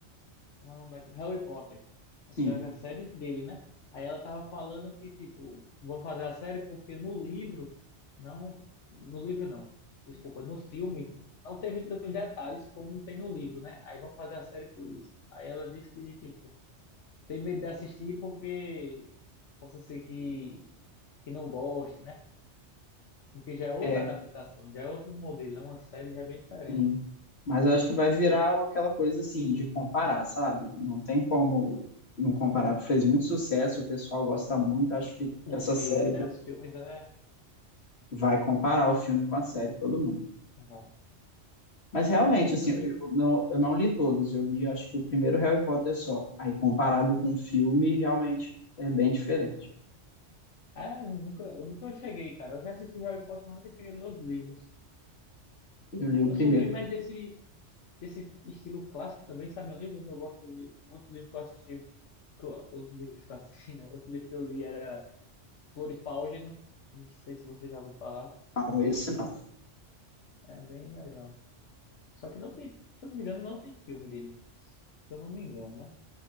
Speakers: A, on the left (about 85°); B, on the left (about 65°).
A: Como é o nome daquele? Harry Potter. Vai
B: Sim,
A: sair a série dele, né? Aí ela tava falando que, tipo, vão fazer a série porque no livro não... No livro não. Desculpa, no filme não teve tantos detalhes como tem no livro, né? Aí vão fazer a série por isso. Aí ela disse que, tipo, tem medo de assistir porque... Possa ser que que não goste, né? Porque já é outra
B: é,
A: adaptação, já é outro modelo, é uma série já é bem diferente.
B: sim. Mas acho que vai virar aquela coisa assim, de comparar, sabe? Não tem como não comparar, porque fez muito sucesso, o pessoal gosta muito, acho que, que
A: O
B: essa série
A: filme, né? Os filmes, né?
B: vai comparar o filme com a série, todo mundo.
A: Vai.
B: Mas realmente,
A: É, se
B: assim,
A: eu não me...
B: eu não, eu não li todos, eu li acho que o primeiro Harry Potter só. Aí comparado com o filme, realmente é bem diferente.
A: Ah, eu nunca, eu nunca cheguei, cara. Eu já assisti Harry Potter, mas nunca cheguei a ler os livros.
B: Eu li o
A: Eu
B: primeiro,
A: sou bem mais desse, desse estilo clássico também, sabe? Livros eu gosto de... Outro livro que eu assisti... Que eu... Outro livro que eu assisti, não. Outro livro que eu li era Flores para Álgeno. Não sei se você já ouviu falar.
B: não esse não.
A: É bem legal. Só que não tem... Se eu não me engano, não tem filme dele. Se eu não me engano, né?